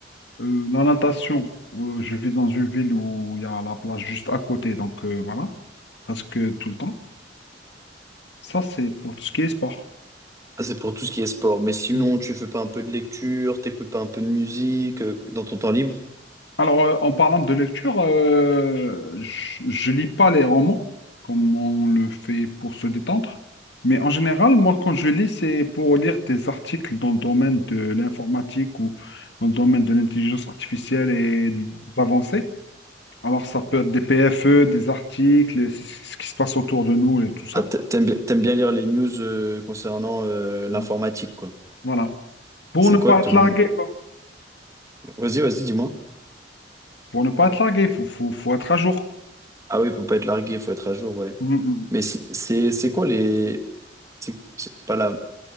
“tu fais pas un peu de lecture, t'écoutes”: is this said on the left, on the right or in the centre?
Right